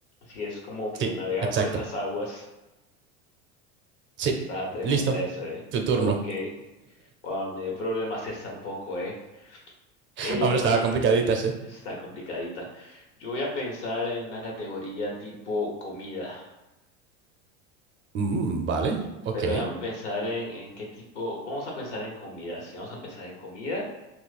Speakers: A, on the left; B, on the right.
A: sí, es como que
B: Sí,
A: navegar
B: exacto.
A: por esas aguas
B: Sí,
A: está tremenda
B: listo.
A: eso, ¿eh?
B: Tu turno.
A: Ok. Wow, me dio problemas esta un poco, ¿eh?
B: <laughs>
A: Eh,
B: Hombre,
A: bueno,
B: estaba complicadita, sí.
A: está complicadita. Yo voy a pensar en una categoría tipo comida,
B: Mm, vale, ok,
A: pero déjame pensar en, en qué tipo. Vamos a pensar en comida, sí, vamos a pensar en comida.